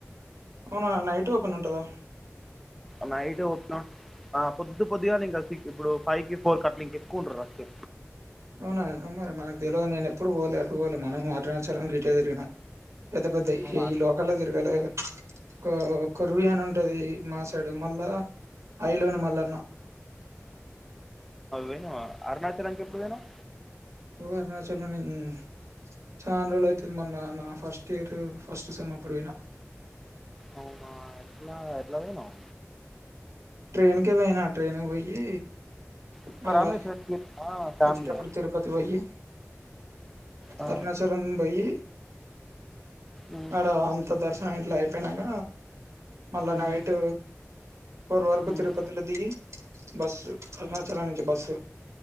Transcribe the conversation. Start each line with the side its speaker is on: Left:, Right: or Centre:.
Right: అవునా నైట్ ఓపెన్ ఉంటందా
Centre: నైట్ ఓపెన్ ఆ పొద్దు పొదుగాలె ద ఇప్పుడు ఫైవ్ కి ఫోర్ కట్ల ఇంక ఎక్కువ ఉంట్రు అచ్చే
Right: అవునా మరి మాకు ద్వెల నేను ఎప్పుడు ఓలే రోలే మనం అరుణచలం డిటేరుగ పెద్ద పెద్ద
Centre: అవునా
Right: ఈ లోకల్లో తిరిగాలే గ ఒక కొరువి అని ఉంటది మా సైడ్ మళ్ళా ఐలోన మళ్ళన్న
Centre: ఏంది నువ్వు అరుణాచలం కి ఎప్పుడు పోయినవ్
Right: నువ్వు అరుణచలం మ్ చాల రోలు అయితుంది మొన్న నా ఫస్ట్ ఇయర్ ఫస్ట్ సెమ్ అప్పుడు ఓయిన
Centre: అవునా ఎట్లా ఎట్లా పోయినవ్
Right: ట్రైన్కే పోయినా ట్రైన్కి ఒయ్యి
Centre: వస్తారా
Right: మళ్ళా
Centre: మీ ఫ్రెండ్స్ ఆ ఫ్యామిలీ
Right: వచ్చేటప్పుడు తిరుపతి పోయ్యి
Centre: ఆ
Right: అరుణాచలం బొయ్యి
Centre: ఉమ్
Right: ఆడ అంత దర్శనం ఇట్లా అయిపోయినాన మళ్ళా
Centre: ఉమ్
Right: నైట్ ఫోర్ వరకు
Centre: ఉమ్
Right: తిరుపతిలో దిగి బస్సు అరుణాచలం నుంచి బస్సు